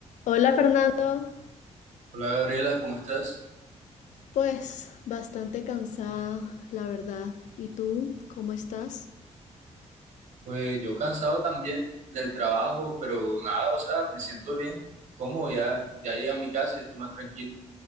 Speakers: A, on the left; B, on the right.
A: Hola Fernando,
B: Hola Gabriela, ¿cómo estás?
A: pues bastante cansada, la verdad. ¿Y tú, cómo estás?
B: Pues yo cansado también del trabajo, pero nada, o sea, me siento bien. ¿Cómo? Ya, ya llegué a mi casa y estoy más tranquilo.